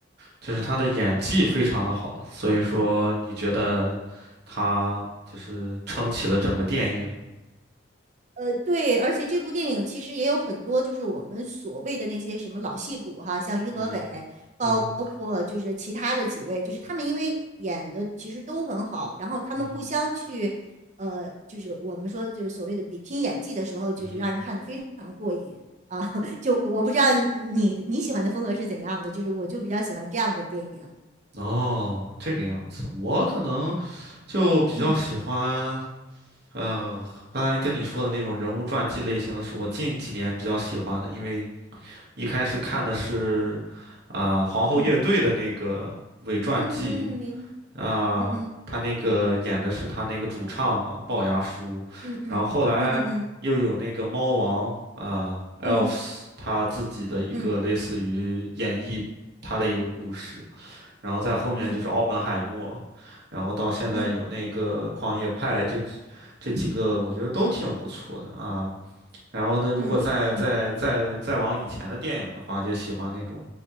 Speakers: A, on the right; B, on the right.
A: 就是他的演技非常的好，所以说你觉得他就是撑起了整个电影？
B: 呃，对，而且这部电影其实也有很多，就是我们所谓的那些什么老戏骨哈，像于和伟，
A: 嗯哼，
B: 包括就是其他的几位，
A: 嗯哼，
B: 就是他们因为演的其实都很好，然后他们互相去，
A: 嗯哼，
B: 呃，就是我们说就是所谓的比拼演技的时候，就是让人看的非常过瘾啊。
A: 嗯哼，
B: <laughs> 就我不知道你你喜欢的风格是怎样的，就是我就比较喜欢这样的电影。
A: 哦，这个样子，我可能就比较喜欢。
B: 嗯
A: 嗯，刚才跟你说的那种人物传记类型的是我近几年比较喜欢的，因为一开始看的是啊、皇后乐队的那个伪传记
B: 嗯嗯嗯嗯，明
A: 啊、
B: 嗯嗯
A: 他那个演的是他那个主唱嘛，龅牙叔，
B: 嗯
A: 然后后来又有那个猫王啊、
B: 嗯嗯
A: Elves
B: 嗯
A: 他自己的一个类似于演绎他的一个故事，
B: 嗯嗯嗯
A: 然后在后面就是奥本海默，
B: 嗯
A: 然后到现在有那个狂野派这。
B: 嗯。
A: 这几个我觉得都挺不错的啊。然后呢，如果再再再再往以前的电影的话，
B: 嗯嗯
A: 就喜欢那种，